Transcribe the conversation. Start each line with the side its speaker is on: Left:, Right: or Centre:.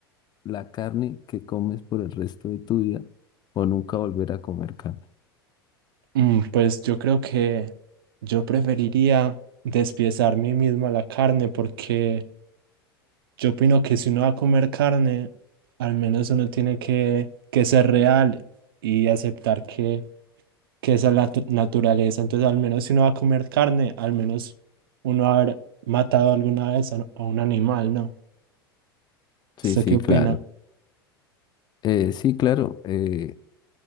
Left: la carne que comes por el resto de tu vida o nunca volver a comer carne?
Right: Mm, pues yo creo que yo preferiría despiezar mí mismo a la carne porque... Yo opino que si uno va a comer carne, al menos uno tiene que, que ser real y aceptar que, que esa es la tu- naturaleza. Entonces, al menos si uno va a comer carne, al menos uno va a haber matado alguna vez a, a un animal, ¿no?
Left: Sí,
Right: ¿Usted
Left: sí,
Right: qué opina?
Left: claro. Eh, sí, claro. eh,